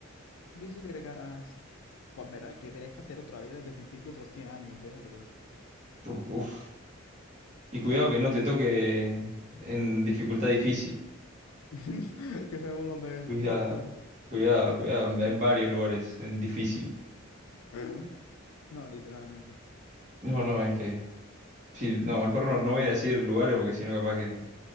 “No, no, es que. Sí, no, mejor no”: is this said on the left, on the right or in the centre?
Right